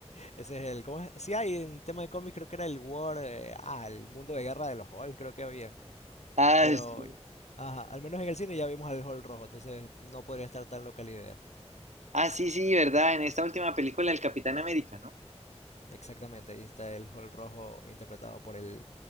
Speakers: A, on the left (about 75°); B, on the right (about 85°).
A: Ese es el, ¿cómo es? Sí hay en tema de cómics, creo que era el War, eh, ah, el mundo de guerra de los Halls, creo que habían,
B: Ah,
A: pero
B: sí,
A: ajá, al menos en el cine ya vimos al Hall rojo, entonces no podría estar tan loca la idea.
B: ah, sí, sí, ¿verdad? En esta última película, el Capitán América, ¿no?
A: Exactamente, ahí está el Hall rojo interpretado por el,